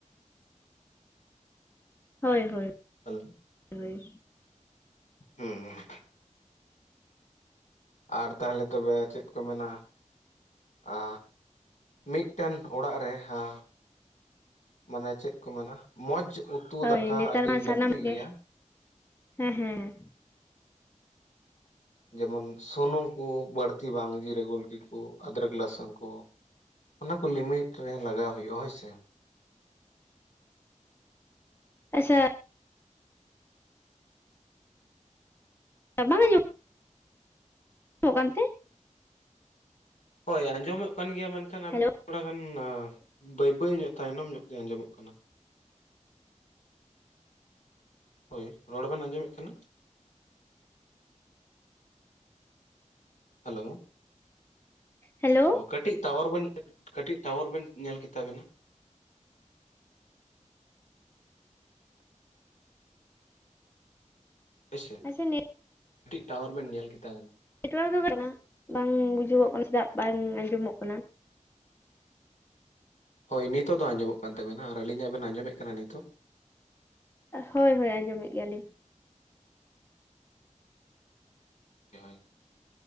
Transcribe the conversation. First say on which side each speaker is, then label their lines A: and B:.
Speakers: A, on the left; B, on the left.
A: ᱦᱳᱭ ᱦᱳᱭ
B: ᱦᱮᱞᱳ
A: ᱦᱚᱭ
B: ᱦᱮᱸ <unintelligible> ᱟᱨ ᱛᱟᱦᱚᱞᱮ ᱛᱚᱵᱮ ᱪᱮᱫ ᱠᱚ ᱢᱮᱱᱟ ᱟ ᱢᱤᱫᱴᱟᱝ ᱚᱲᱟᱜ ᱨᱮ ᱦᱟ ᱢᱟᱱᱮ ᱪᱮᱫ ᱠᱚ ᱢᱮᱱᱟ ᱢᱚᱡᱽ ᱩᱛᱩ
A: ᱦᱳᱭ
B: ᱫᱟᱠᱟ
A: ᱱᱮᱛᱟᱨ
B: ᱟᱹᱰᱤ
A: ᱢᱟ
B: ᱞᱟᱹᱠᱛᱤ
A: ᱥᱟᱱᱟᱢᱟᱜ
B: ᱜᱮᱭᱟ
A: ᱜᱮ ᱦᱮᱸ ᱦᱮᱸ
B: ᱡᱮᱢᱚᱱ ᱥᱩᱱᱩᱢ ᱠᱚ ᱵᱟᱹᱲᱛᱤ ᱵᱟᱝ ᱡᱤᱨᱟᱹ ᱜᱩᱞᱠᱤ ᱠᱚ ᱟᱫᱨᱚᱠ ᱞᱥᱚᱱ ᱠᱚ ᱚᱱᱟ ᱠᱚ ᱞᱤᱢᱤᱴ ᱨᱮ ᱞᱟᱜᱟᱣ ᱦᱩᱭᱩᱜᱼᱟ ᱦᱳᱭ ᱥᱮ
A: ᱟᱪᱪᱷᱟ ᱵᱟᱝ ᱟᱡᱚᱢᱚᱜ ᱚᱜ ᱠᱟᱱᱛᱮ
B: ᱦᱳᱭ ᱟᱸᱡᱚᱢᱚᱜ ᱠᱟᱱ ᱜᱮᱭᱟ ᱢᱮᱱᱠᱷᱟᱱ ᱟᱵᱮᱱ
A: ᱦᱮᱞᱳ
B: ᱛᱷᱚᱲᱟ ᱜᱟᱱ ᱵᱟᱹᱭ ᱵᱟᱹᱭ ᱧᱚᱜ ᱛᱟᱭᱱᱚᱢ ᱧᱚᱜ ᱛᱮ ᱟᱸᱡᱚᱢᱚᱜ ᱠᱟᱱᱟ ᱦᱳᱭ ᱨᱚᱲ ᱵᱮᱱ ᱟᱸᱡᱚᱢᱮᱫ ᱠᱟᱱᱟ ᱦᱮᱞᱳ
A: ᱦᱮᱞᱳ
B: ᱚ ᱠᱟᱹᱴᱤᱡ ᱴᱟᱣᱟᱨ ᱵᱮᱱ ᱠᱟᱴᱤᱡ ᱴᱟᱣᱟᱨ ᱵᱮᱱ ᱧᱮᱞ ᱠᱮᱛᱟ ᱵᱮᱱᱟ ᱦᱳᱭᱥᱮ
A: ᱟᱪᱪᱷᱟ
B: ᱠᱟᱹᱴᱤᱡ ᱴᱟᱣᱟᱨ ᱵᱮᱱ ᱧᱮᱞ ᱠᱮᱛᱟ ᱵᱮ ᱠᱟᱱᱟ
A: ᱱᱮᱴᱣᱟᱨᱠ ᱫᱚ ᱠᱟᱱᱟ ᱵᱟᱝ ᱵᱩᱡᱩᱜᱚᱜ ᱠᱟᱱᱟ ᱪᱮᱫᱟᱜ ᱫᱟᱜ ᱵᱟᱝ ᱟᱸᱡᱚᱢᱚᱜ ᱠᱟᱱᱟ
B: ᱦᱳᱭ ᱱᱤᱛᱚᱜ ᱫᱚ ᱟᱸᱡᱚᱢᱚᱜ ᱠᱟᱱ ᱛᱟᱵᱱᱟ ᱟᱨ ᱟᱹᱞᱤᱧᱟᱜ ᱵᱮᱱ ᱟᱸᱡᱚᱢᱮᱫ ᱠᱟᱱᱟ ᱱᱤᱛᱚᱜ
A: ᱦᱳᱭ ᱦᱳᱭ ᱟᱸᱡᱚᱢᱮᱫ ᱜᱮᱭᱟᱞᱤᱧ
B: ᱦᱳᱭ